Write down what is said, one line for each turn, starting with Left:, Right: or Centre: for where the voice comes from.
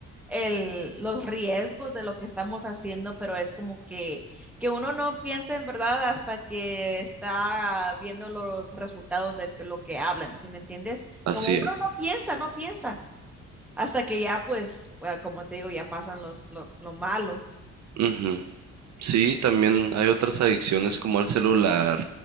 Centre: el, los riesgos de lo que estamos haciendo, pero es como que, que uno no piensa en verdad hasta que está viendo los resultados de que- lo que hablan, ¿sí me entiendes?
Right: Así
Centre: Como uno
Right: es.
Centre: no piensa, no piensa, hasta que ya pues, bueno, como te digo, ya pasan los, lo, lo malo.
Right: Ujú. Sí, también hay otras adicciones como al celular,